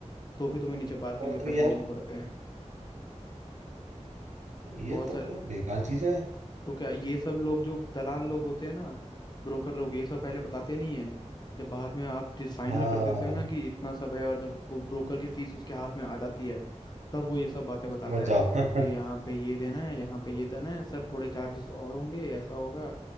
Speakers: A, on the left; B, on the right.
A: तो भी तुम्हें नीचे पार्किंग
B: ये बात
A: के पैसे
B: हुई यार
A: देने पड़ते हैं
B: ये
A: बहुत
B: तो
A: सारे
B: फिर बेकार चीज है
A: तो क्या ये सब लोग जो दलाल लोग होते हैं ना ब्रोकर लोग ये सब पहले बताते नहीं है जब बाद में आप जिस फाइनल
B: हाँ
A: कर देते हो ना कि इतना सब है और जब वो ब्रोकर की फीस उसके हाथ में आ जाती है तब वो ये सब बातें
B: उसके
A: बताता
B: बाद जाओ
A: है
B: <laughs>
A: कि
B: हाँ
A: यहाँ पे ये देना है यहाँ पे ये देना है सर थोड़े चार्जेस और होंगे ऐसा होगा